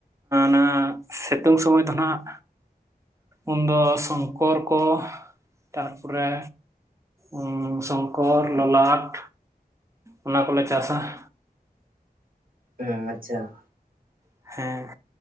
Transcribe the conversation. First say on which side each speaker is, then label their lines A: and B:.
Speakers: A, on the right; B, on the right.
A: ᱱᱟ ᱟ ᱥᱤᱛᱩᱝ ᱥᱚᱢᱚᱭ ᱫᱚ ᱱᱟᱜ ᱩᱱᱫᱚ ᱥᱚᱝᱠᱚᱨ ᱠᱚ ᱛᱟᱨᱯᱚᱨᱮ ᱩᱸ ᱥᱚᱝᱠᱚᱨ ᱞᱚᱞᱟᱴ ᱚᱱᱟ ᱠᱚᱞᱮ ᱪᱟᱥᱟ ᱾
B: ᱦᱩᱸ ᱟᱪᱪᱷᱟ ᱾
A: ᱦᱮᱸ